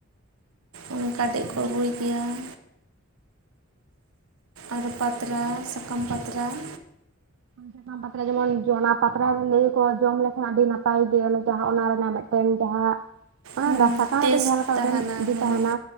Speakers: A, on the right; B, on the right.
A: ᱩᱱ ᱠᱟᱰᱮᱡ
B: ᱦᱳᱭ
A: ᱠᱚ ᱟᱜᱩᱭ ᱜᱮᱭᱟ ᱾ ᱟᱨ ᱯᱟᱛᱨᱟ ᱥᱟᱠᱟᱢ ᱯᱟᱛᱨᱟ ᱾
B: <inaudible> ᱯᱟᱛᱲᱟ ᱡᱮᱢᱚᱱ ᱚᱱᱟ ᱯᱟᱛᱲᱟ ᱨᱮ ᱞᱟᱹᱭᱟ ᱠᱚ ᱡᱚᱢ ᱞᱮᱠᱷᱟᱱ ᱟᱹᱰᱤ ᱱᱟᱯᱟᱭ ᱜᱮ, ᱡᱟᱦᱟᱸ ᱚᱱᱟ ᱨᱮᱱᱟᱜ ᱢᱤᱫᱴᱮᱱ ᱡᱟᱦᱟᱸ ᱚᱱᱟ
A: ᱦᱮᱸ
B: ᱫᱟᱸ ᱥᱟᱠᱟᱢ
A: ᱴᱮᱥᱴ
B: ᱢᱮᱜᱴᱮᱡ ᱡᱟᱦᱟᱸ ᱞᱮᱠᱟ ᱢᱤᱜᱴᱮᱱ
A: ᱛᱟᱦᱮᱱᱟ
B: ᱤᱡᱟ.
A: ᱦᱮᱸ
B: ᱛᱟᱦᱮᱱᱟ,